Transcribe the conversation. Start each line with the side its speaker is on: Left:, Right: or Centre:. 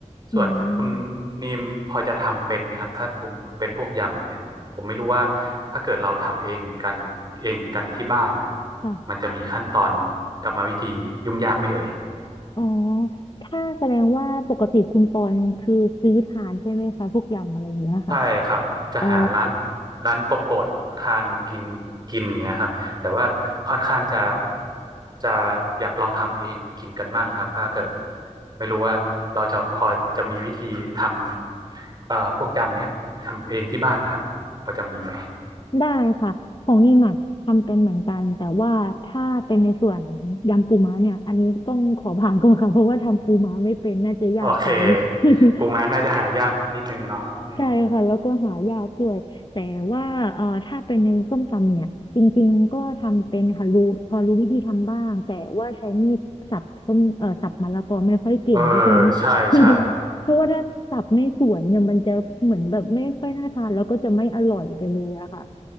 Left: อืม
Right: ส่วนคุณนีมพอจะทำเป็นไหมครับถ้าคุณเป็นพวกยำอย่างเงี้ย ผมไม่รู้ว่าถ้าเกิดเราทำเองกันเองกันที่บ้านน่ะ
Left: ค่ะ
Right: มันจะมีขั้นตอนกรรมวิธียุ่งยากไหม่เอ่ย
Left: อ๋อถ้าแสดงว่าปกติคุณปอนคือซื้อทานใช่ไหมคะพวกยำอะไรอย่างเงี้ยค่ะ
Right: ใช่ครับจะหาร้าน
Left: อ๋อ
Right: ร้านโปรดๆทานกินกินอย่างเงี้ยครับแต่ว่าค่อนข้างจะจะอยากลองทำเองกินกันมั่งครับถ้าเกิดไม่รู้ว่าเราจะพอจะมีวิธีทำเอ่อพวกยำเนี้ยทำเองที่บ้านนะครับพอจะมีไหม
Left: ได้ค่ะของนี่หมักทำเป็นเหมือนกันแต่ว่าถ้าเป็นในส่วนยำปูม้าเนี่ยอันนี้ต้องขอผ่านก่อนค่ะเพราะว่าทำปูม้าไม่เป็นน่าจะยากไป
Right: โอเค
Left: <laughs>
Right: ปูม้าน่าจะหายากนิดนึงอะเนาะอืม
Left: ใช่ค่ะแล้วก็หายากด้วยแต่ว่าเอ่อถ้าเป็นในส้มตำเนี่ยจริงๆก็ทำเป็นค่ะรู้พอรู้วิธีทำบ้างแต่ว่าใช้มีดสับส้มเอ่อสับมะละกอไม่ค่อยเก่งเพราะฉะนั้น
Right: เออใช่ใช่
Left: <laughs> เพราะว่าถ้าสับไม่สวยเนี่ยมันจะเหมือนแบบไม่ค่อยน่าทานแล้วก็จะไม่อร่อยไปเลยอะค่ะ